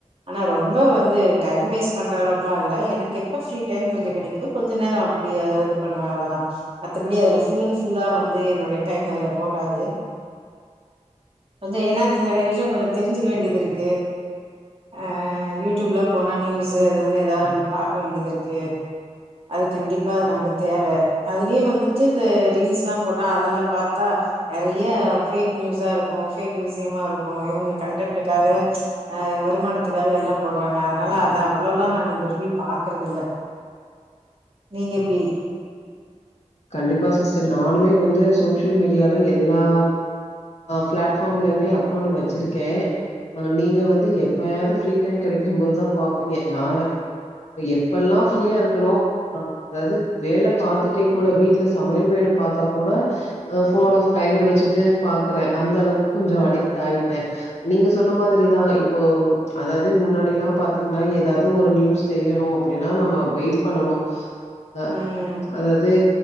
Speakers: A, on the right (about 50°); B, on the left (about 65°).
A: ஆனா ரொம்ப வந்து டைம் வேஸ்ட் பண்ற அளவுக்குலாம் இல்ல எனக்கு எப்ப ஃப்ரீ டைம் கொஞ்சம் கெடைக்குதோ கொஞ்ச நேரம் அப்டியது பண்ணுவேன் அவ்ளோதா மத்தபடி அதுல ஃபுல் அண்ட் ஃபுல்லா வந்து என்னுடைய டைம் அதுல போகாது கொஞ்சம் ஏன்னா அது நெறய விஷயம் கொஞ்சம் தெரி்ஞ்சிக்க வேண்டியதுருக்கு ஆஹ் யூடியூப்லாம் போனா நியூஸ் அது இதுன்னு ஏதாது நம்ம பாக்க வேண்டியது இருக்கு அது கண்டிப்பா அது நமக்கு தேவ அதுலயும் வந்துட்டு இந்த ரீல்ஸ்லாம் போட்டா அதுல பாத்தா நெறய ஃபேக் நியூஸா இருக்கும் ஃபேக் விசியமா இருக்கும் இவுங்க கன்டென்ட்க்காக அஹ் வருமானத்துக்காக எல்லாம் போடுறாங்க அதனால அத அவ்ளோலாம் நா விரும்பி பாக்றது இல்ல நீங்க எப்டி
B: கண்டிப்பா சிஸ்டர் நானுமே வந்து சோசியல் மீடியால எல்லா ஆஹ் ஃபிளாட் ஃபார்ம்லயுமே அக்கௌண்ட் வச்சிருக்கேன் ஆனா நீங்க வந்து எப்பயாவது ஃப்ரீ டைம் கெடைக்கும் போதான் பா இங்க நா எப்பெல்லாம் ஃப்ரீயா இருக்கனோ அப் அது வேல பாத்துட்டே கூட வீட்ல சமையல் வேல பாத்தா கூட அஹ் ஃபோன் ஆஃப் கைல வச்சுட்டு பாக்குறேன் அந்த அளவுக்கு கொஞ்சம் அடிக்ட் ஆயிட்டேன் நீங்க சொன்ன மாதிரிதான் இப்போ அதாவது முன்னாடி லாம் பாத்தீங்கன்னா ஏதாவது ஒரு நியூ ஸ் தெரியணும் அப்டின்னா நம்ம வெயிட் பண்ணும் அ
A: ம்
B: அதாது